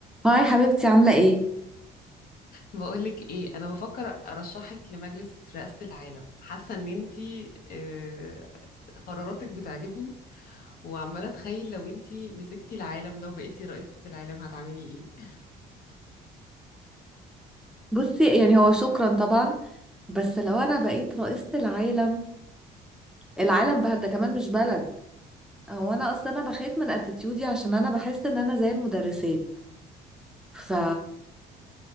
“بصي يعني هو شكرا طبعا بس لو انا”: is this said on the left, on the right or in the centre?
Centre